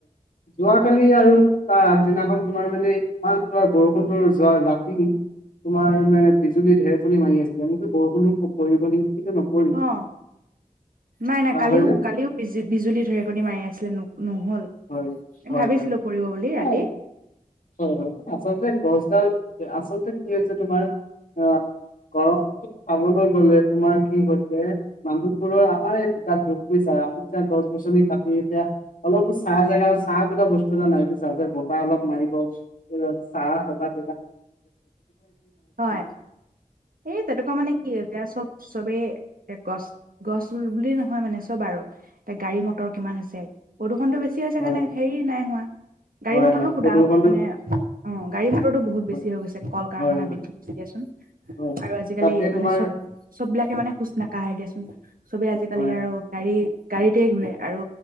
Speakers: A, on the left (about 70°); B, on the right (about 80°).
A: যোৱাকালি আৰু তাৰ আগদিনাখন তোমাৰ মানে ইমান তোমাৰ বৰষুণটো যোৱা ৰাতি তোমাৰ মানে বিজুলী ঢেৰেকণি মাৰি আছিলে মই বোলো বৰষুণ পৰিব নেকি! কিন্তু নপৰিল
B: অ', নাই নাই
A: চাহ
B: কালিও
A: হয় নে
B: কালিও বিজু বিজুলী ঢেৰেকণি মাৰি আছিলে নহ'ল
A: হয় হয়
B: ভাবিছিলো পৰিব বুলি ৰাতি।
A: হয় হয়, হয়। আচলতে গছডাল আচলতে কি হৈছে তোমাৰ অ' গৰমটো চাবলৈ গ'লে তোমাৰ কি হৈছে মানুহবোৰৰ আমাৰ এই গাত দুখ আমি এতিয়া গছ গছনি কাটি এতিয়া অলপ ছাঁ জেগা ছাঁ বোলা বস্তু এটা নাই বুজিছা। যে বতাহ অলপ মাৰিব ছাঁ কৰবাত
B: হয়
A: <unintelligible>
B: এই তেনেকুৱা মানে কি এতিয়া চব-চবেই গছ-গছ ৰুল বুলি নহয় হয় মানে চব আৰু এতিয়া গাড়ী মটৰ কিমান হৈছে। প্ৰদূষণতটো বেছি হৈছে
A: হয়
B: কাৰণে হেৰি নাই হোৱা। গাড়ী
A: হয়
B: মটৰটো
A: হয়
B: সোদা
A: প্ৰদূষণটো
B: মানে অ' গাড়ী মটৰটো বহুত
A: হয়
B: বেছি হৈ গৈছে। কল কাৰখানা
A: হয় হয়
B: বৃ দিয়াচোন।
A: হয়
B: আৰু আজিকালি
A: তাতে
B: মানে
A: তোমাৰ
B: চব-চববিলাকে মানে খোজ নাকাঢ়ে দিয়াচোন। চবে আজি কালি
A: হয়
B: আৰু গাড়ী গাড়ীতে ঘুৰে আৰু